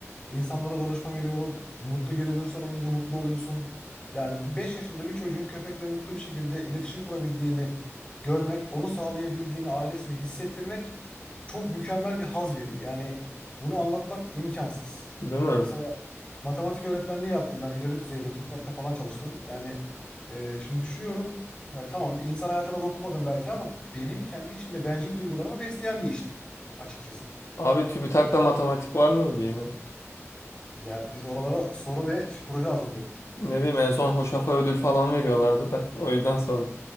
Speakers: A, on the left (about 25°); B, on the left (about 65°).
A: İnsanlara danışma veriyorum. Mutlu geri dönüşler alınca mutlu oluyorsun. Yani 5 yaşında bir çocuğun köpekle mutlu bir şekilde iletişim kurabildiğini görmek, onu sağlayabildiğini, ailesini hissettirmek çok mükemmel bir haz veriyor. Yani bunu anlatmak imkansız.
B: Değil mi?
A: Mesela matematik öğretmenliği yaptım ben ileri düzeyde TÜBİTAK'ta falan çalıştım. Yani ee, şimdi düşünüyorum. Yani tamam insan hayatına dokunmadım belki ama benim kendi içimde bencil duygularımı besleyen bir işti açıkçası.
B: Abi TÜBİTAK'ta matematik var mıydı ya?
A: Ya biz oralara soru ve ş- proje hazırlıyorduk.
B: Ne bileyim en son Hoşaf'a ödül falan veriyorlardı da <laughs> o yüzden sordum.